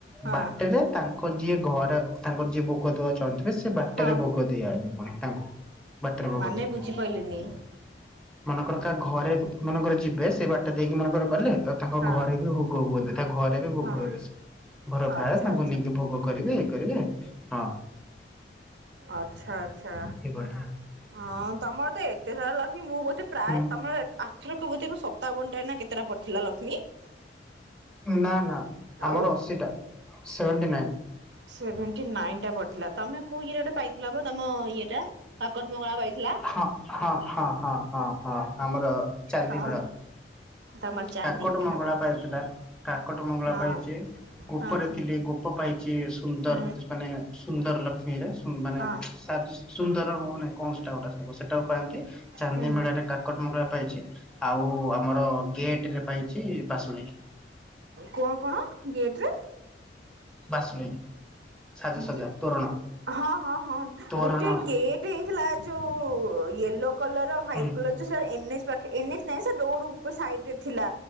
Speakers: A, on the right; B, in the centre.
A: ହଁ
B: ବାଟେରେ ତାଙ୍କ୍ ତାଙ୍କର ଯିଏ ଘରେ ତାଙ୍କର ଯିଏ ଭୋଗ ଦବା ଚାହୁଁଥିବେ ସିଏ ବାଟେରେ
A: ହଁ।
B: ଭୋଗ ଦେଇଆଣେ ହଁ ତାଙ୍କୁ। ବାଟରେ ଭୋଗ
A: ମାନେ
B: ଦେବ।
A: ବୁଝିପାରିଲିନି
B: ମନେକର କା ଘରେ ମାନେକର ଯିବେ ସେ ବାଟ ଦେଇକି ମନେକର ଗଲେ ତ ତାଙ୍କ
A: ହଁ
B: ଘରେ ବି ଭୋଗ ହୁଅନ୍ତି ତା ଘରେ ରେ ବି ଭୋଗ
A: ହଁ
B: ହେବେ ସେ। ଘର ବାହାରେ
A: ଆଚ୍ଛା
B: ତାଙ୍କୁ
A: ଆଚ୍ଛା।
B: ନେଇକି ଭୋଗ କରିବେ ଇଏ କରିବେ ହଁ।
A: ଆଚ୍ଛା ଆଚ୍ଛା।
B: ଏଇଭଳିଆ
A: ହଁ ତମର ତ ଏତେ ସାରା ଲକ୍ଷ୍ମୀ ମୁଁ ବୋଧେ ପ୍ରାୟେ
B: ହୁଁ
A: ତମର ଏତ୍ ଆ ରଥରକ ବୋଧେ ସତାବନଟା ନା କେତେଟା ପଡିଥିଲା ଲକ୍ଷ୍ମୀ।
B: ନା ନା ଆମର
A: ଆଉ
B: ଅଶୀଟା ସେଭେଣ୍ଟି ନାଇନ୍।
A: ସେଭେଣ୍ଟି ନାଇନ ଟା ପଡିଥିଲା ତମେ କୋଉ ଇଏରେ ଗୋଟେ ପାଇଥିଲ ବା ତମ ଇଏଟା କାକଟ ମଙ୍ଗଳା ପାଇଥିଲା।
B: ହଁ ହଁ ହଁ ହଁ ହଁ ହଁ ଆମର ଚାନ୍ଦିମେଢ
A: ହଁ ତମର ଚାନ୍ଦିନୀ
B: କାକଟ ମଙ୍ଗଳା
A: ହଁ
B: ପାଇଥିଲା କାକଟ ମଙ୍ଗଳା
A: ହଁ
B: ପାଇଚି ଗୋପରେ
A: ହଁ
B: ଥିଲୀ ଗୋପ ପାଇଚି ସୁନ୍ଦର୍
A: ହୁଁ
B: ଜସ୍ ମାନେ ସୁନ୍ଦର ଲକ୍ଷ୍ମୀରେ ମାନେ
A: ହଁ
B: ସାଜ ସୁନ୍ଦର ହଉନାହିଁ। କଣ ସେଟା ଗୋଟା ସେଟାକ ସେଟାକୁ ପାଆନ୍ତି, ଚାନ୍ଦି
A: ହୁଁ
B: ମେଢରେ କାକଟ ମଙ୍ଗଳା ପାଇଚି ଆଉ ଆମର ଗେଟ୍ ରେ ପାଇଚି ବାସୁଳେଇ।
A: କଣ କଣ ଗେଟ୍ ରେ
B: ବାସୁଳେଇ। ସାଜସଜା
A: ଗେ-ହଁ
B: ତୋରଣ
A: ହଁ ହଁ
B: ତୋରଣ
A: ଗୋଟେ ଗେଟ୍ ହେଇଥିଲା ଯୋଉ ଉ ୟେଲୋ କଲରର୍ ହ୍ଵାଇଟ୍
B: ହୁଁ
A: କଲର ଯୋ ସେଇଟା ଏନ୍ ଏଚ୍ ପାଖେ ଏନ୍ ଏଚ ନାଇଁ ସେ ରୋଡ ଉପ-ସାଇଡ୍ ରେ ଥିଲା।